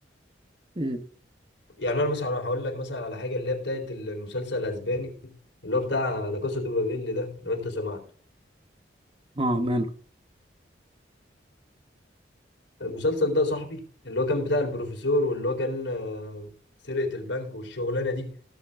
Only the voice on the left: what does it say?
يعني انا مثلا هقول لك مثلا على حاجه اللي هي بتاعت المسلسل الاسباني اللي هو بتاع لا كاسا دو بابيل ده لو انت سمعت
المسلسل ده صاحبي اللي هو كان بتاع البروفيسور واللي هو كان آه، سرقة البنك والشغلانة دي